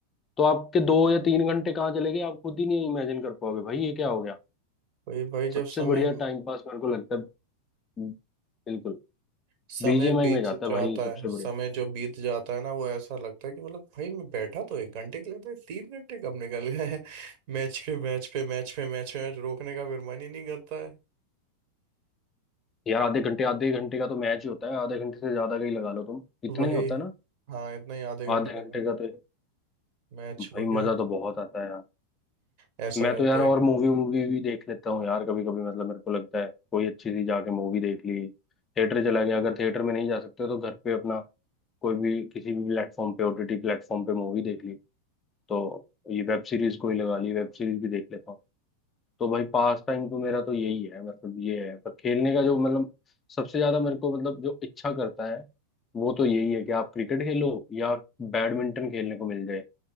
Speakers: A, on the left; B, on the right.
A: तो आपके दो या तीन घंटे कहाँ चले गए आप खुद ही नहीं इमेजिन कर पाओगे भाई ये क्या हो गया
B: भाई भाई
A: सबसे
B: जब समय
A: बढ़िया टाइम पास मेरे को लगता है हम्म, बिल्कुल
B: समय
A: बीजीएमआई
B: बीत
A: में जाता
B: जाता
A: है भाई सबसे
B: है समय
A: बढ़िया
B: जो बीत जाता है ना वो ऐसा लगता है कि मतलब भाई मैं बैठा तो एक घंटे के लिए था ये तीन घंटे कब निकल गए <laughs> मैच पे मैच पे मैच पे मैच पे मैच रोकने का फिर मन ही नहीं करता है
A: यार आधे घंटे आधे घंटे का तो मैच ही होता है आधे घंटे से ज्यादा का ही लगा लो तुम इतना
B: वही
A: ही होता है ना
B: हाँ इतना ही आधे
A: आधे
B: घंटे का
A: घंटे का तो
B: मैच
A: भाई
B: हो गया
A: मजा तो बहुत आता है
B: ऐसा
A: मैं
B: रहता
A: तो यार और
B: है
A: मूवी वूवी भी देख लेता हूँ यार कभी कभी मतलब मेरे को लगता है कोई अच्छी सी जाके मूवी देख ली थिएटर चला गया अगर थिएटर में नहीं जा सकते तो घर पे अपना कोई भी किसी भी प्लेटफॉर्म पे ओटीटी प्लेटफॉर्म पे मूवी देख ली तो ये वेब सीरीज कोई लगा ली वेब सीरीज भी देख लेता हूँ तो भाई पास टाइम तो मेरा तो यही है मतलब ये है पर खेलने का जो मतलब सबसे ज्यादा मेरे को मतलब जो इच्छा करता है वो तो यही है कि आप क्रिकेट खेलो या बैडमिंटन खेलने को मिल जाए